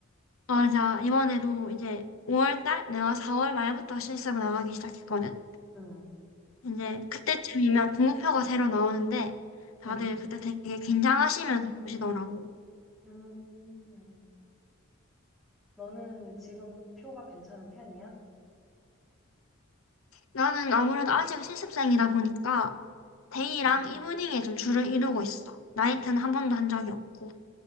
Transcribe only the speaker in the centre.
응,
응.
음, 너는 지금 표가 괜찮은 편이야?
응.